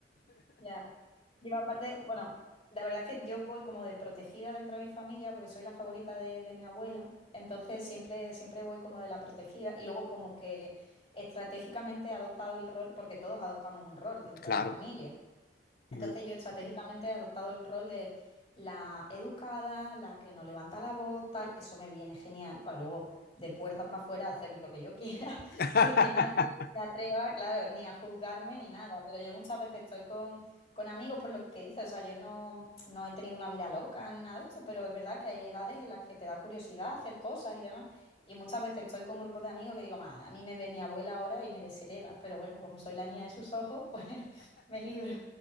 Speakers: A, on the left; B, on the left.
A: Ya. Yo aparte, bueno, la verdad es que yo voy como de protegida dentro de mi familia porque soy la favorita de, de mi abuela, entonces siempre, siempre voy como de la protegida y luego como que estratégicamente he adoptado el rol, porque todos adoptamos un rol dentro
B: Claro.
A: de la familia. Entonces
B: Mm.
A: yo estratégicamente he adoptado el rol de la educada, la que no levanta la voz, tal. Eso me viene genial para luego de puertas para afuera hacer lo que yo quiera <laughs>
B: <laughs>
A: y que nadie se atreva, claro, ni a juzgarme ni nada. Pero yo muchas veces estoy con, con amigos por lo que dices. O sea, yo no, no he tenido una vida loca ni nada de esto, pero es verdad que hay edades en las que te da curiosidad hacer cosas y demás. Y muchas veces estoy con grupos de amigos que digo, "Ma, a mí me ve mi abuela ahora y me deshereda. Pero bueno, como soy la niña de sus ojos, <laughs> pues me libro.